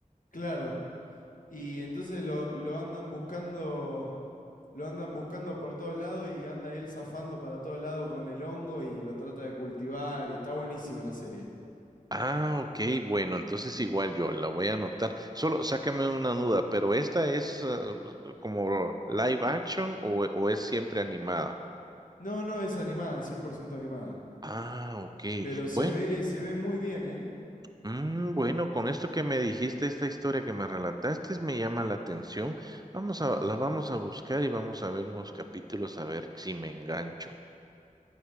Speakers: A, on the left (about 75°); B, on the right (about 30°).
A: Claro. Y entonces lo, lo andan buscando, lo andan buscando por todos lados y anda él zafando para todos lados con el hongo y lo trata de cultivar y está buenísima la serie.
B: Ah, ok, bueno, entonces igual yo la voy a anotar. Solo sácame una duda, pero ¿esta es eh, como live action o, o es siempre animada?
A: No, no es animada, 100% animada,
B: Ah, ok,
A: pero se
B: bueno,
A: ve, se ve muy bien, ¿eh?
B: mm, bueno, con esto que me dijiste, esta historia que me relataste me llama la atención. Vamos a, la vamos a buscar y vamos a ver unos capítulos a ver si me engancho.